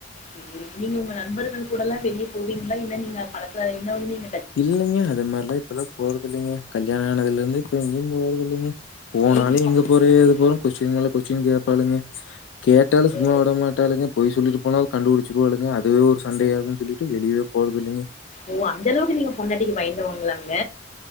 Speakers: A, on the left; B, on the left.
A: சேரிங்க நீங்க உங்க நண்பர்கள் கூடல்லா வெளிய போவீங்களா இல்ல நீங்க பழக்கோலா இன்னு நீங்
B: இல்லைங்க அது மாரிலா இப்ப எல்லாம் போறது இல்லைங்க கல்யாணோ ஆனதுல இருந்து இப்ப எங்கயு போறது இல்லைங்க போனாலு
A: ஏங்க
B: எங்க
A: அப்படின்னுலாம்
B: போற ஏது
A: கேக்குது.
B: போறோன்னு கொஸ்டீன் மேல கொஸ்டீன் கேப்பாளுங்க கேட்டாலு சும்மா
A: ஓ
B: விடமாட்டாளுங்க பொய் சொல்லிட்டு போனா கண்டுபுடிச்சிருவாளுங்க அதுவே ஒரு சண்டை ஆகுன்னு சொல்லிட்டு வெளியவே போறது இல்லைங்க
A: ஓ அந்த அளவுக்கு நீங்க பொண்டாட்டிக்கு பயந்தவங்களாங்க?